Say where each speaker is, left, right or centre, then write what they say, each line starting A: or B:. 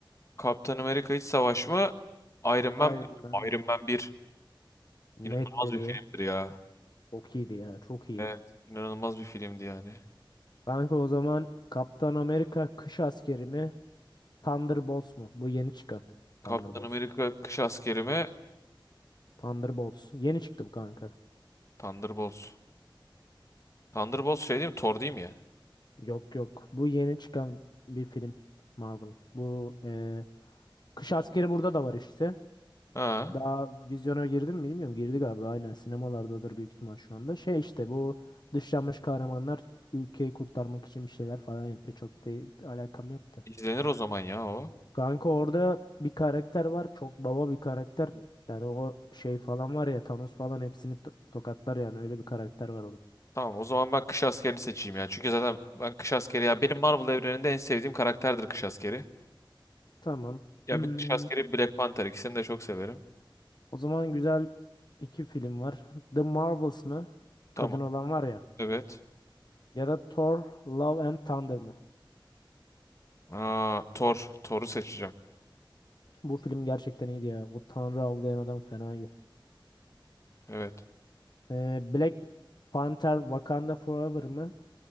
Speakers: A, on the left (about 35°); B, on the left (about 55°).
A: Kaptan Amerika İç Savaş mı? Iron Man
B: Iron
A: 1.
B: Man
A: Iron
B: 1.
A: Man 1.
B: Net
A: İnanılmaz
B: dedi.
A: bir filmdir ya.
B: Çok iyiydi ya çok iyiydi.
A: Evet. inanılmaz bir filmdi yani.
B: Kanka o zaman Kaptan Amerika Kış Askeri mi? Thunderbolts mu? Bu yeni çıkan.
A: Kaptan
B: Thunderbolts.
A: Amerika Kış Askeri mi?
B: Thunderbolts. Yeni çıktı bu kanka.
A: Thunderbolts. Thunderbolts şey değil mi? Thor değil mi ya?
B: Yok yok. Bu yeni çıkan bir film Marvel. Bu eee, Kış Askeri burada da var işte.
A: Ha.
B: Daha vizyona girdi mi bilmiyorum. Girdi galiba. Aynen sinemalardadır büyük ihtimal şu anda. Şey işte bu dışlanmış kahramanlar ülkeyi kurtarmak için bir şeyler falan yapıyor. Çok da alakam yoktu.
A: İzlenir o zaman ya o.
B: Kanka orada bir karakter var. Çok baba bir karakter. Yani o şey falan var ya Thanos falan hepsini to- tokatlar yani. Öyle bir karakter var orada.
A: Tamam o zaman ben Kış Askeri'ni seçeyim ya. Çünkü zaten ben Kış Askeri ya benim Marvel evreninde en sevdiğim karakterdir Kış Askeri.
B: Tamam.
A: Ya
B: Hmm,
A: bir Kış Askeri bir Black Panther ikisini de çok severim.
B: o zaman güzel iki film var. The Marvels mı?
A: Tamam.
B: Kadın olan var ya.
A: Evet.
B: Ya da Thor, Love and Thunder mı?
A: Aa, Thor. Thor'u seçeceğim.
B: Bu film gerçekten iyiydi ya. O Tanrı avlayan adam fenaydı.
A: Evet.
B: Ee, Black Panther Wakanda Forever mı?